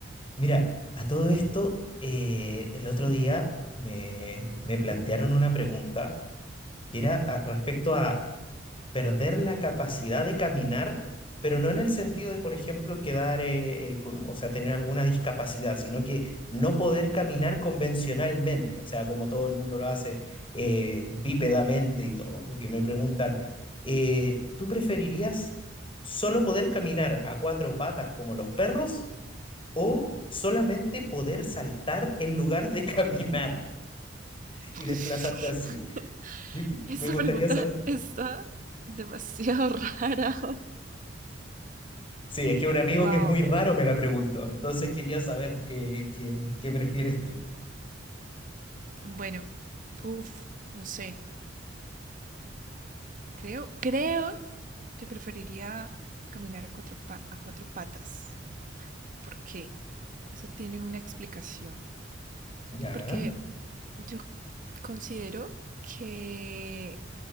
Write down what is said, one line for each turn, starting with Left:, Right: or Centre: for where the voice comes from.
Left: Mira, a todo esto, eh, el otro día me, me plantearon una pregunta que era a- respecto a perder la capacidad de caminar, pero no en el sentido de, por ejemplo, quedar, eh, eh, con, o sea, tener alguna discapacidad, sino que no poder caminar convencionalmente, o sea, como todo el mundo lo hace eh, bípedamente y todo, porque me preguntan, eh, ¿tú preferirías solo poder caminar a cuatro patas como los perros o solamente poder saltar en lugar de <laughs> caminar y
Right: <laughs>
Left: desplazarte así? Yo,
Right: Esta
Left: me gustaría
Right: pregunta
Left: saber
Right: está demasiado <laughs> rara.
Left: Sí, es que un amigo
Right: Wow.
Left: que es muy raro me la preguntó, entonces quería saber qué, qué, qué prefieres tú.
Right: Bueno, uff, no sé. Creo, creo que preferiría caminar a cuatro pa- a cuatro patas. ¿Por qué? Eso tiene una explicación.
Left: Ya.
Right: Porque yo considero que